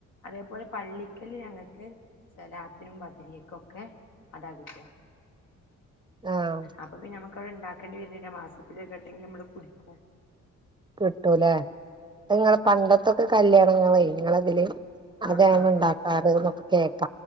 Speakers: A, on the left (about 85°); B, on the right (about 15°).
A: അതേപോലെ പള്ളിക്കൽ ഞങ്ങൾക്ക് സലാത്തിനു ബദരിയക്കൊക്കെ അതാകിട്ട
B: ആഹ്
A: അപ്പ പിന്നെ മ്മൾക്ക് അവടെ ണ്ടാക കണ്ടി വർണില മാസത്തിൽ ഒരുവട്ടങ്കിലും നമ്മൾ കുടിക്കും
B: കിട്ടുലെ അത് ങ്ങളെ പണ്ടത്തെക്കെ കല്യാണത്തിന് ഞങ്ങളെ ഇങ്ങളെതീൽ
A: ആഹ്
B: അതാ ഞങ്ങള്
A: ആഹ്
B: ണ്ടാക്കാർന്നു കേക്ക